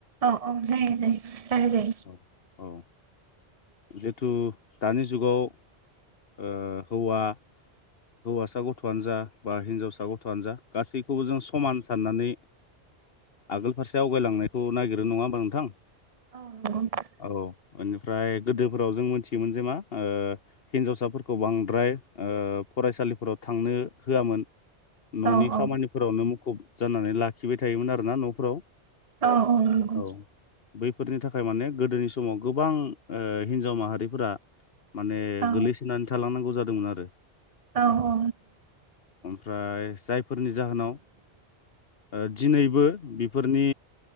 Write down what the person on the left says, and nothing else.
औ औ जिथु दानि जुगाव ओ हौवा हौवासा गथ'आनो जा बा हिनजावसा गथ'आनो जा गासैखौबो जों समान साननानै आगोल फारसे आवगायलांनायखौ नागिरो नङा होमबा नोंथां
औ बेनिफ्राय गोदोफोराव जों मोनथियोमोन जे मा ओ हिनजावसाफोरखौ ओ बांद्राय फरायसालिफोराव थांनो होआमोन
न'नि
खामानिफोरावनो मुखुब जानानै लाखिबाय थायोमोन आरोना न'फोराव
औ बैफोरनि थाखाय माने गोदोनि समाव गोबां ओ हिनजाव माहारिफोरा माने
गोलैसोनानै थालांनांगौ जादोंमोन आरो
ओइ जायफोरनि जाहोनाव ओ दिनैबो बेफोरनि